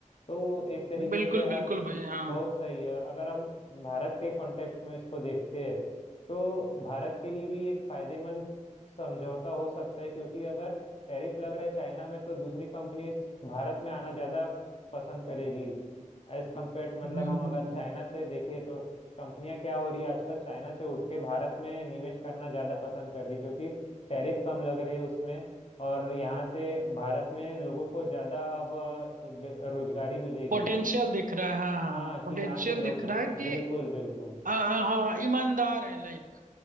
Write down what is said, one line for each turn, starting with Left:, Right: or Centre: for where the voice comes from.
Left: तो एक तरीके
Right: बिल्कुल
Left: से
Right: बिल्कुल
Left: हर
Right: भाई हाँ
Left: बहुत सही है और अगर हम भारत के कॉन्टेक्स्ट में इसको देखते हैं तो भारत के लिए भी एक फायदेमंद समझौता हो सकता है क्योंकि अगर टैरिफ लग रहा है चाइना में तो दूसरी कंपनी भारत में आना ज़्यादा पसंद करेगी एज कम्पेयर मतलब
Right: हम्म
Left: हम अगर
Right: हम्म
Left: चाइना से देखें तो कंपनियां क्या हो रही है आजकल चाइना से उठ के भारत में निवेश करना ज़्यादा पसंद कर रही क्योंकि टैरिफ कम लग रहे हैं उसमें और यहाँ से भारत में लोगों को ज़्यादा अब अ, बे- रोजगारी मिलेगी
Right: पोटेंशियल दिख रहा है हाँ
Left: हाँ
Right: हाँ
Left: कि
Right: पोटेंशियल
Left: यहाँ के लोग
Right: दिख रहा है कि
Left: बिल्कुल बिल्कुल
Right: आ, हाँ ईमानदार है लाइक